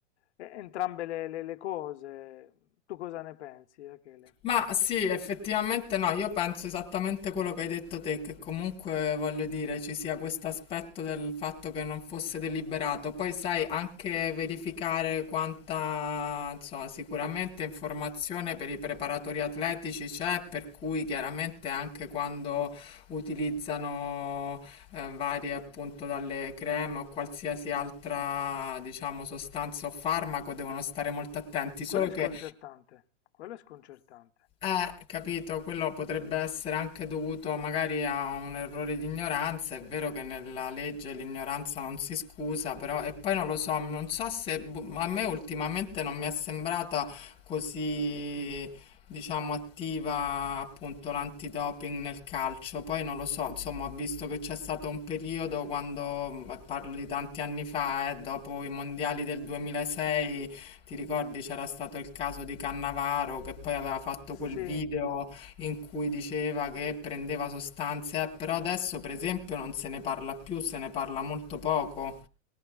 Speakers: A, on the left; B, on the left.
A: eh, entrambe le, le- le cose. Tu cosa ne pensi, Rachele?
B: Ma sì, effettivamente no, io penso esattamente quello che hai detto te, che comunque voglio dire ci sia questo aspetto del fatto che non fosse deliberato. Poi sai anche verificare quanta, insomma, sicuramente informazione per i preparatori atletici c'è, per cui chiaramente anche quando utilizzano eh, varie appunto dalle creme o qualsiasi altra, diciamo, sostanza o farmaco devono stare molto attenti,
A: Ma quello
B: solo
A: è sconcertante,
B: che
A: quello è sconcertante.
B: eh, capito, quello potrebbe essere anche dovuto magari a un errore di ignoranza. È vero che nella legge l'ignoranza non si scusa, però e poi non lo so, non so se boh, a me ultimamente non mi è sembrata così, diciamo, attiva appunto l'antidoping nel calcio. Poi non lo so, insomma, ho visto che c'è stato un periodo quando, ma parlo di tanti anni fa, eh, dopo i mondiali del 2006 ti ricordi c'era stato il caso di Cannavaro che poi aveva fatto quel
A: Sì,
B: video in cui diceva che prendeva sostanze, eh, però adesso per esempio non se ne parla più, se ne parla molto poco.